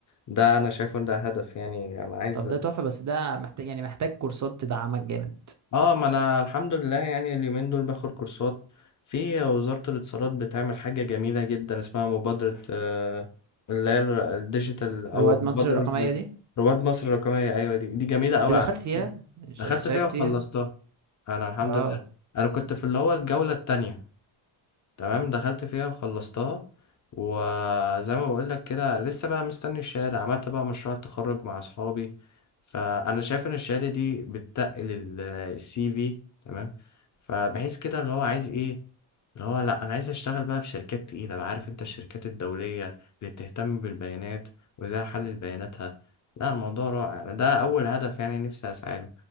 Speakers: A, on the left; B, on the right.
A: ده انا شايفه ان ده هدف يعني انا عايز
B: طب ده تحفة بس ده محتاج يعني محتاج كورسات تدعمك جامد
A: اه ما انا الحمد لله يعني اليومين دول باخد كورسات في وزارة الاتصالات بتعمل حاجة جميلة جدا اسمها مبادرة آه، اللي هي ال- الديجيتال او
B: رواد
A: المبادرة
B: مصر الرقمية
A: الرقمية
B: دي
A: رواد مصر الرقمية ايوه دي دي جميلة قوي
B: انت دخلت
A: عارف
B: فيها شار-
A: دخلت
B: شاركت
A: فيها وخلصتها
B: فيها
A: انا الحمد
B: اه
A: لله انا كنت في اللي هو الجولة التانية تمام دخلت فيها وخلصتها وزي ما بقول لك كده لسه بقى مستني الشهاده عملت بقى مشروع التخرج مع اصحابي فانا شايف ان الشهاده دي بتتقل ال- السي في تمام فبحيث كده اللي هو عايز ايه اللي هو لا انا عايز اشتغل بقى في شركات تقيله بقى عارف انت الشركات الدوليه اللي بتهتم بالبيانات وازاي احلل بياناتها لا الموضوع رائع أنا ده اول هدف يعني نفسي اسعى له